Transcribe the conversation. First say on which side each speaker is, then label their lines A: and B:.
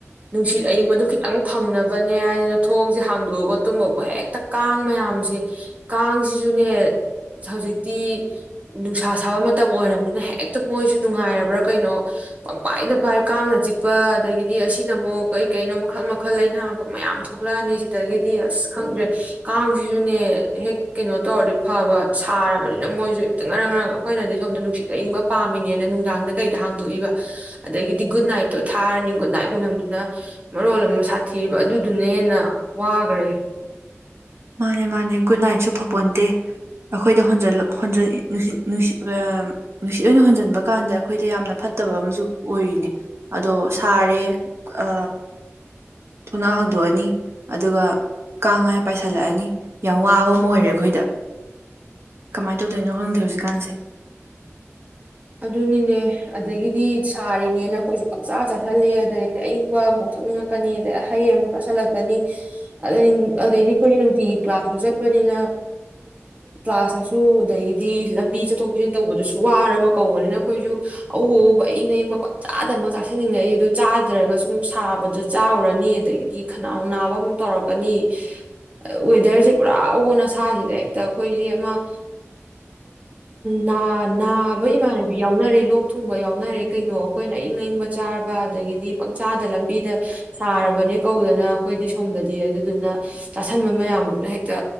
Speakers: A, on the right; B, on the right.
A: ꯅꯨꯡꯁꯤꯠ ꯑꯏꯪꯕꯗꯣ ꯈꯤꯇꯪ ꯐꯪꯅꯕ ꯍꯥꯏꯗꯅ ꯊꯣꯡꯁꯦ ꯍꯥꯡꯗꯣꯛꯑꯒ ꯇꯨꯝꯕꯕꯨ ꯍꯦꯛꯇ ꯀꯥꯡ ꯃꯌꯥꯝꯁꯦ ꯀꯥꯡꯁꯤꯁꯨꯅꯦ ꯍꯧꯖꯤꯛꯇꯤ ꯅꯨꯡꯁꯥ ꯁꯥꯕ ꯃꯇꯝ ꯃꯇꯝ ꯑꯣꯏꯔꯕꯅꯤꯅ ꯍꯦꯛꯇ ꯃꯣꯏꯁꯨ ꯅꯨꯡꯉꯥꯏꯔꯕ꯭ꯔꯥ ꯀꯩꯅꯣ ꯄꯪꯄꯥꯏꯗ ꯄꯥꯏ ꯀꯥꯡꯅ ꯆꯤꯛꯄ ꯑꯗꯒꯤꯗꯤ ꯑꯁꯤꯅ ꯑꯃꯨꯛ ꯀꯩ ꯀꯩꯅꯣ ꯃꯈꯜ ꯃꯈꯜ ꯂꯩꯥꯅꯥꯃꯨꯛ ꯃꯌꯥꯝ ꯊꯣꯛꯂꯛꯑꯅꯤ ꯁꯤꯗꯒꯤꯗꯤ ꯑꯁ ꯈꯪꯗ꯭ꯔꯦ ꯀꯥꯡꯁꯤꯁꯨꯅꯦ ꯍꯦꯛ ꯀꯩꯅꯣ ꯇꯧꯔꯗꯤ ꯐꯕ ꯁꯥꯔꯕꯅꯤꯅ ꯃꯣꯏꯁꯨ ꯍꯦꯛꯇ ꯉꯔꯪ ꯉꯔꯪ ꯑꯩꯈꯣꯏꯅꯗꯤ ꯁꯣꯝꯗ ꯅꯨꯡꯁꯤꯠ ꯑꯏꯪꯕ ꯄꯥꯝꯃꯤꯅꯦꯅ ꯅꯨꯡꯗꯥꯡꯗ ꯀꯩꯗ ꯍꯥꯡꯗꯣꯛꯏꯕ ꯑꯗꯒꯤꯗꯤ ꯒꯨꯠ ꯅꯥꯏꯠꯇꯣ ꯊꯥꯔꯅꯤ ꯒꯨꯠ ꯅꯥꯏꯠ ꯃꯅꯝꯗꯨꯅ ꯃꯔꯣꯜ ꯑꯃ ꯁꯥꯊꯤꯔꯤꯕ ꯑꯗꯨꯗꯨꯅ ꯍꯦꯟꯅ ꯋꯥꯒꯔꯦ
B: ꯃꯥꯅꯦ ꯃꯥꯅꯦ ꯒꯨꯗ ꯅꯥꯏꯠꯁꯨ ꯐꯄꯣꯟꯇꯦ ꯑꯩꯈꯣꯏꯗ ꯍꯣꯟꯖ ꯍꯣꯟꯖꯜꯂꯤ ꯅꯨꯡꯁꯤ <unintelligible> <unintelligible> ꯁꯤ ꯂꯣꯏ ꯍꯣꯟꯖꯟꯕ ꯀꯥꯟꯗ ꯑꯩꯈꯣꯏꯗ ꯌꯥꯝꯅ ꯐꯠꯇꯕ ꯑꯃꯁꯨ ꯑꯣꯏꯔꯤꯅꯦ ꯑꯗꯣ ꯁꯥꯔꯦ ꯑ ꯊꯨꯅꯥꯎ ꯍꯥꯡꯗꯣꯛꯑꯅꯤ ꯑꯗꯨꯒ ꯀꯥꯡꯉꯥꯏ ꯄꯥꯏꯁꯤꯜꯂꯛꯑꯅꯤ ꯌꯥꯝ ꯋꯥꯕ ꯑꯃ ꯑꯣꯏꯔꯦ ꯑꯩꯈꯣꯏꯗ ꯀꯃꯥꯏ ꯇꯧꯗꯣꯏꯅꯣ ꯈꯪꯗꯦ ꯍꯧꯖꯤꯛꯀꯥꯟꯁꯦ
A: ꯑꯗꯨꯅꯤꯅꯦ ꯑꯗꯒꯤꯗꯤ ꯁꯥꯔꯤꯅꯦꯅ ꯑꯩꯈꯣꯏꯁꯨ ꯄꯥꯛꯆꯥ ꯆꯥꯁꯤꯜꯂ ꯑꯗꯩꯗꯤ ꯑꯏꯪꯕ ꯑꯃꯨꯛ ꯊꯛꯅꯤꯡꯉꯛꯀꯅꯤ ꯑꯗꯩ ꯑꯍꯩ ꯑꯃꯨꯛ ꯆꯥꯥꯁꯜꯂꯛꯀꯅꯤ ꯑꯗꯩ ꯑꯗꯩꯗꯤ ꯑꯩꯈꯣꯏꯅ ꯅꯨꯡꯇꯤꯒꯤ ꯀ꯭ꯂꯥꯁꯁꯨ ꯆꯠꯄꯅꯤꯅ ꯀ꯭ꯂꯥꯁꯇꯁꯨ ꯑꯗꯒꯤꯗꯤ ꯂꯝꯕꯤ ꯆꯠꯊꯣꯛ ꯆꯠꯁꯤꯟ ꯇꯧꯕꯗꯨꯁꯨ ꯋꯥꯔꯕ ꯀꯧꯕꯅꯤꯅ ꯑꯩꯈꯣꯏꯁꯨ ꯑꯎ ꯑꯎꯕ ꯑꯏꯪ ꯑꯏꯪꯕ ꯄꯪ ꯆꯥꯗꯃꯛ ꯆꯥꯁꯤꯟꯅꯤꯡꯉꯛꯏ ꯑꯗꯨ ꯆꯥꯗ꯭ꯔꯒꯁꯨ ꯑꯃꯨꯛ ꯁꯥꯕꯗ ꯆꯥꯎꯔꯅꯤ ꯑꯗꯒꯤꯗꯤ ꯈꯅꯥꯎ ꯅꯥꯕ ꯑꯃꯨꯛ ꯇꯧꯔꯛꯀꯅꯤ ꯋꯦꯗꯔꯁꯦ ꯄꯨꯔꯥ ꯑꯑꯣꯟ ꯑꯁꯥꯁꯤꯗ ꯍꯦꯛꯇ ꯑꯩꯈꯣꯏꯁꯦ ꯑꯃ ꯅꯥ ꯅꯥ ꯑꯩꯕꯣꯏ <unintelligible> ꯏꯃꯥꯟꯅꯕꯤ ꯌꯥꯎꯅꯔꯦ ꯂꯣꯛ ꯊꯨꯡꯕ ꯌꯥꯎꯅꯔꯦ ꯀꯩꯅꯣ ꯑꯩꯈꯣꯏꯅ ꯑꯏꯪ ꯑꯏꯪꯕ ꯆꯥꯔꯕ ꯑꯗꯒꯤꯗꯤ ꯄꯪꯆꯥꯗ ꯂꯝꯕꯤꯗ ꯁꯥꯔꯕꯅꯦ ꯀꯧꯗꯅ ꯑꯩꯈꯣꯏꯗꯤ ꯁꯣꯝꯗꯗꯤ ꯑꯗꯨꯗꯨꯅ ꯆꯥꯁꯟꯕ ꯃꯌꯥꯝꯗꯨꯅ ꯍꯦꯛꯇ